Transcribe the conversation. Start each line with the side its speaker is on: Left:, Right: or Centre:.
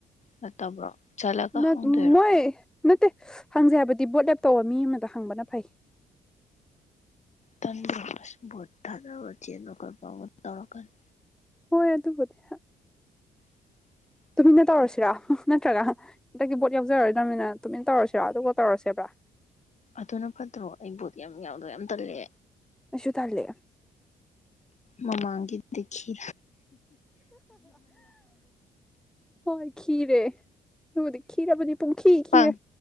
Left: ꯅꯠꯇꯕ꯭ꯔꯣ ꯆꯠꯂꯒ
Centre: ꯅꯠ
Left: ꯍꯪꯗꯣꯏꯔꯣ
Centre: ꯃꯣꯏ ꯅꯠꯇꯦ ꯍꯪꯖꯦ ꯍꯥꯏꯕꯗꯤ ꯚꫭꯠ ꯂꯦꯞꯇꯧꯕ ꯃꯤ ꯑꯃꯗ ꯍꯪꯕꯅ ꯐꯩ
Left: ꯇꯟꯗ꯭ꯔꫭ ꯑꯁ ꯚꫭꯠ ꯊꯥꯗꯕ ꯆꯦꯟꯕ ꯈꫭꯠꯄ ꯃꯨꯛ ꯇꯧꯔꯛꯀꯅꯤ
Centre: ꯍꯣꯏ ꯑꯗꯨꯕꯨꯗꯤ
Left: <inaudible>
Centre: ꯇꯨꯃꯤꯟꯅ ꯇꯧꯔꯁꯤꯔꯥ ꯅꯠꯇ꯭ꯔꯒ ꯍꯟꯗꯛꯇꯨ ꯕꯣꯠ ꯌꯥꯎꯖꯔꯔꯣꯏꯗ꯭ꯔꯃꯤꯅ ꯇꯨꯃꯤꯟꯅ ꯇꯧꯔꯁꯤꯔꯥ ꯑꯗꯨꯒ ꯇꯧꯔꯁꯦꯕ꯭ꯔꯥ
Left: ꯑꯗꯨꯅ ꯐꯠꯇ꯭ꯔꯣ ꯑꯩꯕꯨꯗꯤ ꯌꯥꯝ ꯌꯥꯎꯗꯧ ꯌꯥꯝ ꯇꯜꯂꯦ
Centre: ꯑꯩꯁꯨ ꯊꯜꯂꯦ
Left: ꯃꯃꯥꯡꯒꯤꯗꯤ ꯈꯤ
Centre: ꯍꯣꯏ ꯈꯤꯔꯦ ꯑꯗꯨꯕꯨꯗꯤ ꯈꯤꯔꯕꯅꯤ ꯄꯨꯡꯈꯤ
Left: ꯄꯪ
Centre: ꯈꯤꯔꯦ